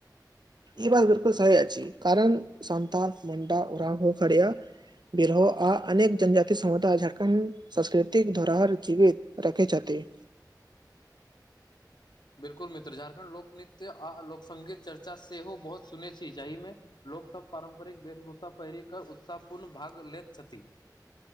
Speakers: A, on the right; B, on the left.
A: ई बात बिलकुल सही अछि कारण सन्तान मुंडा उरांव ओ खरिया बिरोह आ अनेक जनजाति समुदाय झारखण्ड संस्कृतिक धरोहर जीवित रखैत छथिन
B: <inaudible> बिल्कुल मित्र झारखण्ड लोकनृत्य आ लोकसंगीत चर्चा सेहो बहुत सुनै छी जाहिमे ल लोकसभ पारम्परिक वेशभूषा पहिरि कऽ उत्साहपूर्ण भाग लेैत छथिन